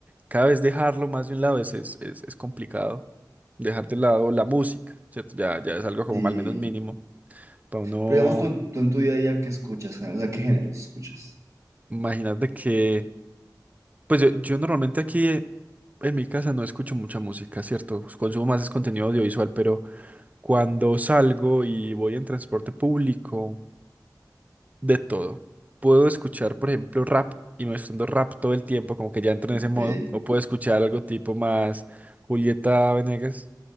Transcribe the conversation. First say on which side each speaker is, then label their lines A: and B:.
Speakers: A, on the right; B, on the right.
A: cada vez dejarlo más de un lado es, es, es- es complicado. Dejar de lado la música, ¿cierto? Ya, ya es algo como
B: sí.
A: al menos mínimo. Para uno,
B: Pero digamos, tú, tú en tu día a día, ¿qué escuchas? O sea, ¿qué géneros escuchas?
A: imagínate que. Pues yo, yo normalmente aquí eh, en mi casa no escucho mucha música, ¿cierto? Consumo más es contenido audiovisual, pero. cuando salgo y voy en transporte público, de todo. Puedo escuchar, por ejemplo, rap y me estoy rap todo el tiempo, como que ya entro
B: Ok,
A: en ese modo, o puedo escuchar algo tipo más Julieta Venegas